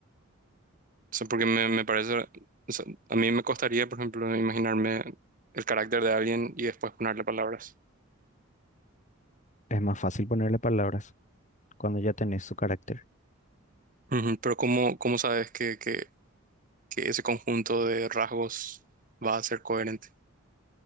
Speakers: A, on the right; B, on the left.
A: O sea, porque me, me parece, o sea, a mí me costaría, por ejemplo, imaginarme el carácter de alguien y después ponerle palabras.
B: Es más fácil ponerle palabras cuando ya tenés su carácter.
A: Ujú, Pero ¿cómo, cómo sabes que, que, que ese conjunto de rasgos va a ser coherente?